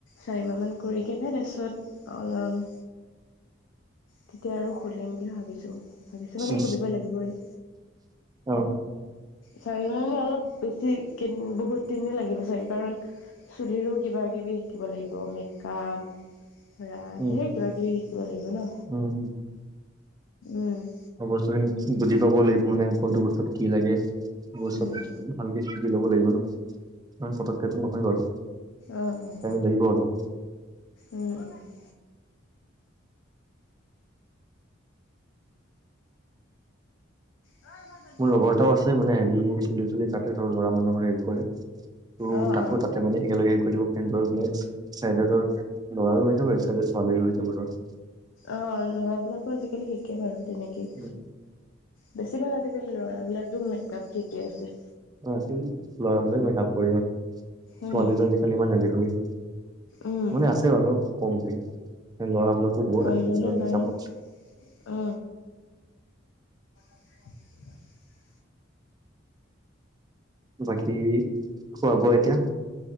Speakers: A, on the left; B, on the right.
A: চাৰিমাহমান কৰি কেনে তাৰপিছত অলম তেতিয়া আৰু খুলিম বুলি ভাবিছো। ভাবিছো মানে
B: উম,
A: খুলিবই লাগিবই।
B: অ
A: চাৰিমাহ মানে অলপ বেছি কেইদিন বহুত দিনে লাগিব চাগে কাৰণ চুলিৰো কিবা-কিবি শিকিব লাগিব। মেকআপ ধৰা
B: উম
A: ধেৰ কিবা কিবি শিকিব লাগিব ন।
B: উম
A: উম।
B: অ বস্তুখিনি বুজি পাবও লাগিব মানে কোনটো বস্তুত কি লাগে এইবোৰ চব
A: উম
B: ভালকে শিকি ল'ব লাগিব ন। কাৰণ পতককেটো নহয় বাৰু।
A: অ অ উম
B: টাইম লাগিব অলপ।
A: উম। <unintelligible> অ মাজন
B: মোৰ লগৰ এটাও আছে মানে হেৰি চুলি-তুলি কাটে ধৰ ল'ৰা মানুহৰ হেৰি কৰে। ত
A: অ
B: তাকো
A: অ
B: তাতে মানে একেলগে কৰি দিব। <unintelligible> চা এতিয়া তোৰ ল'ৰাৰো হয় যাব, একচাইডে ছোৱালীৰো হয় যাব ধৰ।
A: অ ল'ৰাবিলাকো আজি-কালি শিকে বাৰু তেনেকেই।
B: উম,
A: বেছিভাগ আজি-কালি ল'ৰাবিলাক যে মেক-আপ শিকে যে।
B: পাৰ্টিত ল'ৰাবিলাকে মেক-আপ কৰি দিয়ে।
A: উম।
B: ছোৱালীটো আজি-কালি ইমান নেদেখোৱেই।
A: উম,
B: মানে আছে বাৰু কমকে। মানে ল'ৰাবিলাকো বহুত আহি
A: ইমানো
B: গৈছে
A: নাই
B: মেকাআপত।
A: অ। <inaudible>
B: বাকী খোৱা-বোৱা এতিয়া?